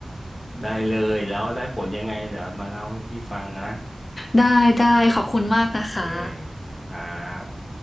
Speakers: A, on the left (about 30°); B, on the left (about 50°).
A: ได้เลยแล้วได้ผลยังไงเดี๋ยวมาเล่าให้พี่ฟังนะ
B: ได้ได้ขอบคุณมากนะคะ
A: โอเคครับ